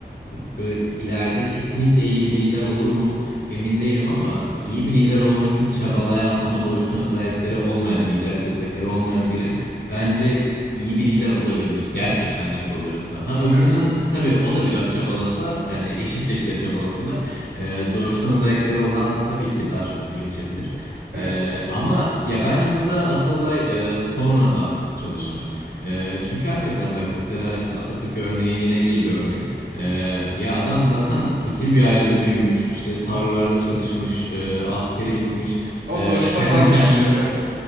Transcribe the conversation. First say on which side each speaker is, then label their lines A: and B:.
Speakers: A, on the left; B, on the right.
A: e, böyle ileride kesinlikle iyi bir lider olur mu? Emin değilim ama iyi bir lider olmak için çabalayan ama doğuştan özellikleri olmayan, liderlik özellikleri olmayan biri bence iyi bir lider olabilir. Gerçekten çabalıyorsa. Ha öbürünün
B: Evet.
A: tabii o da biraz çabalasa hani eşit şekilde çabalasalar e, doğuştan özellikleri olan tabii ki daha çok öne geçebilir.
B: Evet.
A: Ee, ama ya bence burada asıl olay e, sonradan çalışmak. Ee, çünkü hakikaten bak mesela işte Atatürk örneği yine iyi bir örnek. Ee, ya adam zaten fakir bir ailede büyümüş, işte tarlalarda çalışmış, e, askere gitmiş,
B: Ama
A: e,
B: doğuştan
A: kendi
B: varmış
A: kendine
B: bir şeyler aynen.